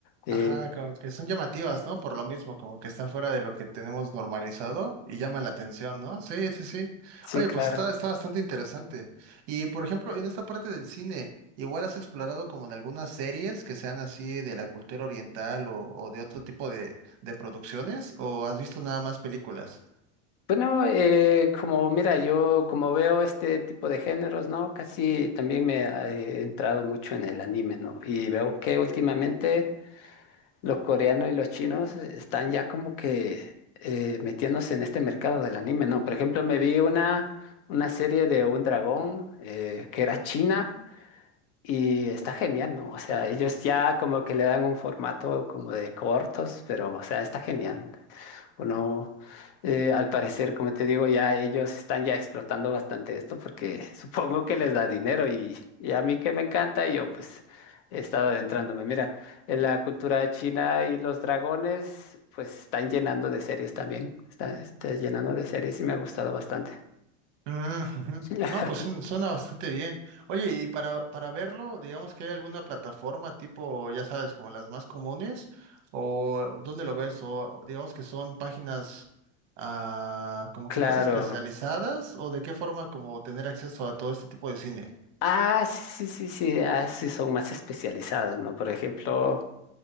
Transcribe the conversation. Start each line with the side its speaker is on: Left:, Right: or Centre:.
Left: Eh,
Right: Ajá, como que son llamativas, ¿no? Por lo mismo, como que están fuera de lo que tenemos normalizado y llaman la atención, ¿no? Sí, sí, sí.
Left: sí,
Right: Oye,
Left: claro.
Right: pues está, está bastante interesante. Y por ejemplo, en esta parte del cine, igual has explorado como en algunas series que sean así de la cultura oriental o, o de otro tipo de, de producciones, o has visto nada más películas?
Left: Bueno, eh, como mira, yo como veo este tipo de géneros, ¿no? Casi también me he entrado mucho en el anime, ¿no? Y veo que últimamente los coreanos y los chinos están ya como que eh, metiéndose en este mercado del anime, ¿no? Por ejemplo, me vi una, una serie de un dragón eh, que era china y está genial, ¿no? O sea, ellos ya como que le dan un formato como de cortos, pero o sea, está genial. Bueno, eh, al parecer, como te digo, ya ellos están ya explotando bastante esto porque <laughs> supongo que les da dinero y, y a mí que me encanta, yo pues he estado adentrándome. Mira, en la cultura china y los dragones pues están llenando de series también, está, está llenando de series y me ha gustado bastante.
Right: Mm, ujú.
Left: <laughs>
Right: No, pues su- suena bastante bien. Oye, y para, para verlo, digamos que hay alguna plataforma tipo, ya sabes, como las más comunes, o dónde lo ves, o digamos que son páginas ah, como
Left: Claro.
Right: que más especializadas, o de qué forma como tener acceso a todo este tipo de cine.
Left: Ah, sí, sí, sí, sí, ah, sí, son más especializados, ¿no? Por ejemplo,